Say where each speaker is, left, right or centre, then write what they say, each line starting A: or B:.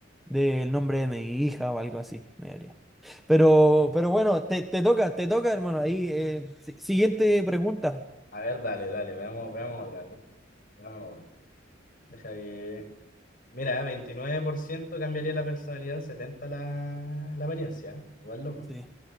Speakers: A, in the centre; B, on the left.
A: del nombre de mi hija o algo así me haría. Pero, pero bueno, te, te toca, te toca, hermano. Ahí, eh, si- siguiente pregunta.
B: A ver, dale, dale, veamos, veamos otra, ¿no? Veamos otra. Deja que... Mira, 29% cambiaría la personalidad, 70% la, la apariencia. Igual loco,
A: Sí,